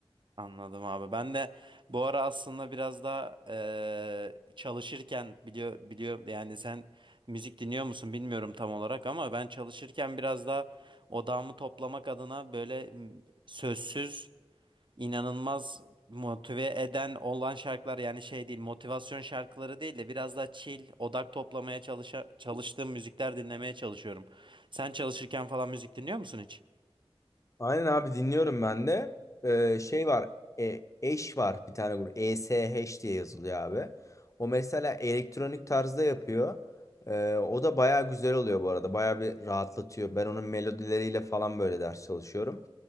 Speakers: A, on the right (about 55°); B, on the left (about 30°).
A: Anladım abi. Ben de bu ara aslında biraz daha eee, çalışırken biliyor biliyor yani sen müzik dinliyor musun bilmiyorum tam olarak ama ben çalışırken biraz daha odağımı toplamak adına böyle m, sözsüz inanılmaz motive eden olan şarkılar yani şey değil motivasyon şarkıları değil de biraz daha chill odak toplamaya çalışa, çalıştığım müzikler dinlemeye çalışıyorum. Sen çalışırken falan müzik dinliyor musun hiç?
B: Aynen abi dinliyorum ben de. Ee, şey var. E, eş var bir tane grup. ESH diye yazılıyor abi. O mesela elektronik tarzda yapıyor. Ee, o da baya güzel oluyor bu arada. Baya bir rahatlatıyor. Ben onun melodileriyle falan böyle ders çalışıyorum.